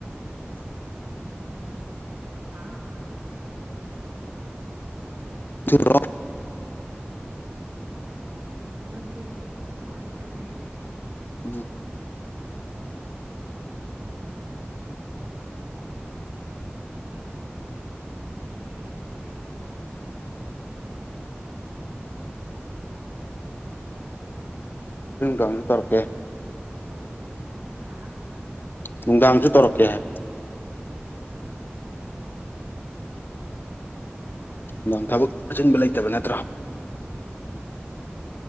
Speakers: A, on the right; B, on the left.
A: ꯍꯥꯥ꯫
B: ꯅꯨꯡꯊꯤꯜꯔꯣ
A: ꯅꯨꯡꯊꯤꯟ ꯍꯣꯏ ꯇꯃꯦ꯫
B: ꯎꯝ
A: ꯉꯁꯤꯗꯤ ꯇꯨꯝꯗꯦ꯫
B: ꯃꯨꯛ ꯇꯧꯔꯀꯦ꯫
A: ꯍꯥꯥ꯫
B: ꯅꯨꯡꯗꯥꯡꯁꯨ ꯇꯧꯔꯛꯀꯦ ꯍꯥꯏꯕ꯫
A: ꯎꯝ꯫
B: ꯅꯪ ꯊꯕꯛ ꯑꯆꯤꯟꯕ ꯂꯩꯇꯕ ꯅꯠꯇ꯭ꯔ꯫